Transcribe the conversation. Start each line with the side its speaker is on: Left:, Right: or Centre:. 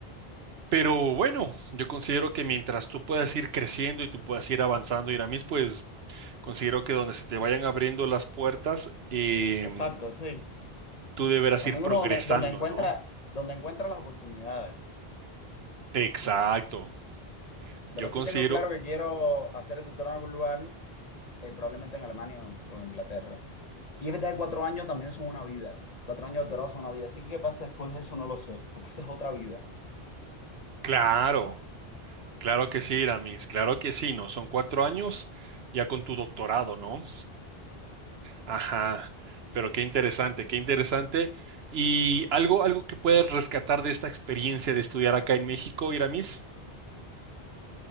Right: Pero bueno, yo considero que mientras tú puedas ir creciendo y tú puedas ir avanzando, Iramis, pues considero que donde se te vayan abriendo las puertas, em,
Left: exacto, sí.
Right: tú deberás
Left: También
Right: ir progresando,
Left: uno donde, donde encuentra,
Right: ¿no?
Left: donde encuentra las oportunidades.
Right: Exacto. Yo
Left: Pero
Right: considero,
Left: sí tengo claro que quiero hacer el doctorado en algún lugar eh, probablemente en Alemania o, o Inglaterra. Y es verdad que cuatro años también son una vida. Cuatro años de doctorado son una vida. Así que qué pasa después de eso no lo sé, porque esa es otra vida.
Right: claro, claro que sí, Iramis, claro que sí, ¿no? Son cuatro años ya con tu doctorado, ¿no? Ajá, pero qué interesante, qué interesante. ¿Y algo, algo que puedes rescatar de esta experiencia de estudiar acá en México, Iramis?